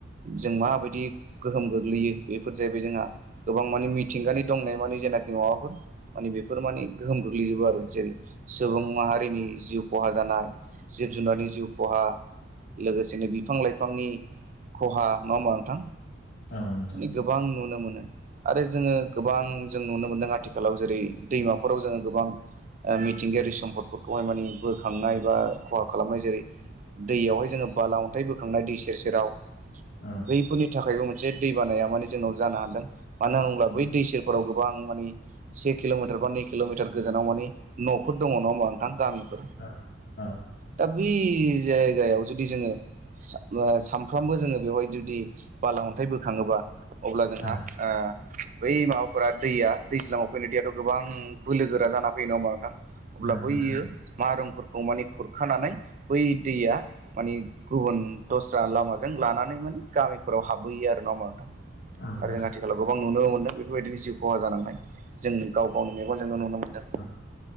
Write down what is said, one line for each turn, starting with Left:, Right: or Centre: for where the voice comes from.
Right: जों माबायदि गोहोम गोग्लैयो बेफोर जाहैबाय जोंहा गोबां मानिे मिथिंगानि दंनाय मानि जेनाखि माबाफोर माने बेफोर माने गोहोम गोग्लैजोबो आरो जेरै सुबुं माहारिनि जिउ खहा जानाय जिब जुनारनि जिउ खहा लोगोसेनो बिफां लाइफांनि खहा नङा होमबा नोंथां?
Left: औ नोंथां
Right: माने गोबां नुनो मोनो आरो जोङो गोबां जों नुनो मोन्दों आथिखालाव जेरै दैमाफोराव जोङो गोबां ओ मिथिंगायारि सम्दफोरखौहाय माने बोखांनाय बा खहा खालामनाय जेरै दैयावहाय जोङो बाला अन्थाइ बोखांनाय दै सेर सेराव
Left: औ
Right: बै फोरनि थाखायबो मोनसे दै बानाया माने जोंनाव जानो हादों मानो होनोब्ला बै
Left: औ
Right: दै सेरफोराव गोबां मानि से किल'मिटार बा नै किल'मिटार गोजानाव मानि न'फोर दङ ना होमा नोंथां गामिफोर
Left: औ औ
Right: दा बै जायगायाव जुदि जोङो सा ओ सानफ्रामबो जोङो बेवहाय जुदि बाला अन्थाइ बोखाङोबा अब्ला जोंहा
Left: औ
Right: आ बै माबाफोरा दैया दैज्लाङाव फैनो दैयाथ' गोबां बोलो गोरा जाना फैयो नङा होमबा नोंथां? अब्ला
Left: औ
Right: बैयो
Left: नोंथां
Right: मारोमफोरखौ माने खुरखानानै बै दैया मानि गुबुन दस्रा लामाजों लानानै माने गामिफोराव हाबहैयो आरो ना होमबा नोंथां?
Left: औ नोंथां
Right: आरो जों आथिखालाव गोबां नुनो मोनदों बेफोरबायदिनो जिउ खहा जानांनाय जों गाव गावनि मेगनजोंनो नु नो मोनदों।
Left: औ